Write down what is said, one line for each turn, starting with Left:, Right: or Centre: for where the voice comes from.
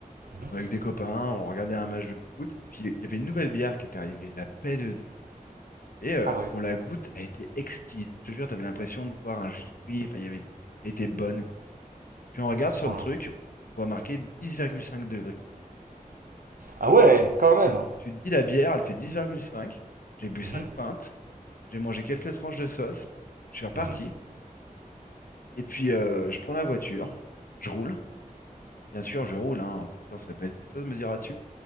Right: Mm-hmm.
Left: avec des copains. On regardait un match de foot. Puis il y avait une nouvelle bière qui était arrivée. La paix de Dieu. Et euh,
Right: Ah ouais,
Left: on la goûte, elle était exquise. Je te jure, t'avais l'impression de boire un jus de fruits. Enfin, il y avait des... Elle était bonne, quoi. Puis on regarde
Right: à ce
Left: sur
Right: point-là.
Left: le truc, on voit marqué 10,5 degrés.
Right: Ah ouais,
Left: Ah,
Right: quand même.
Left: alors, tu te dis la bière, elle fait 10,5. J'ai bu cinq
Right: Mhm,
Left: pintes, j'ai mangé quelques tranches de sauce, je suis reparti.
Right: mhm,
Left: Et puis euh, je prends la voiture, je roule. Bien sûr, je roule, hein, en voiture, ça peut être autre chose, me dira-tu.